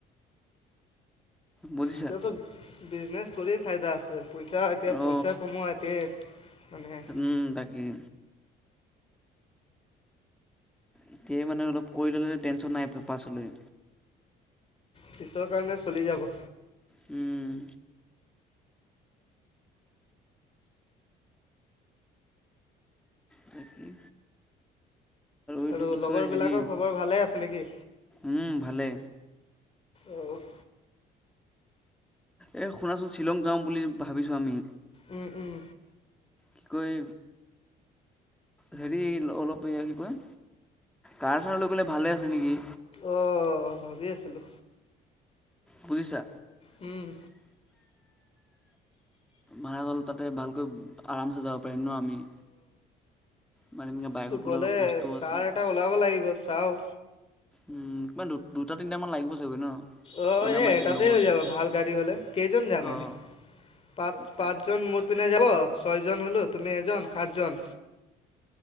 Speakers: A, in the centre; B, on the left (about 35°).
A: বুজিছা
B: এতিয়াতো বিজনেছ কৰি ফাইদা আছে। পইচা এতিয়া
A: অ
B: পইচা কমোৱা এতি মানে।
A: উম তাকেই এতিয় মানে অলপ কৰি ল'লে টেনশ্যন নাই পাছলৈ।
B: পিছৰ কাৰণে চলি যাব।
A: হম', আৰু কি এইটো
B: আৰু লগৰ
A: কয় হেৰি
B: বিলাকৰ খবৰ ভালে আছে নেকি?
A: উম', ভালে।
B: অহ ',
A: এ শুনাচোন শ্বিলং যাওঁ বুলি ভাবিছো আমি।
B: উম উম
A: কি কয় হেৰি অলপ এই কি কয়? কাৰ চানলৈ গ'লে ভালে আছে। যেনেকি
B: অহ ', ভাবি আছিলো।
A: বুজিছা।
B: উম',
A: ভাৰাঘৰ তাতে ভালকৈ আৰাম চে যাব পাৰিম। প্ৰেমণ আমি। মানে এনেকৈ বাইকত
B: ন্তু গ'লে
A: অলপ কষ্টও
B: কাৰ
A: আছে
B: এটা ওলাব লাগিব। ছাও।
A: উম ', কিবা দুটা তিনটা মান লাগিব চগৈ ন?
B: অহ
A: মানে
B: ',
A: আমাৰ
B: এ
A: এতিয়া
B: এটাতে
A: লগৰ
B: হৈ যাব ভাল গাড়ী হলে কেইজন যাম
A: অ'
B: আমি পাঁচ-
A: তাক
B: পাঁচজন মুঠ। পিনে যাব। ছয়জন হলো তুমি এজন সাতজন।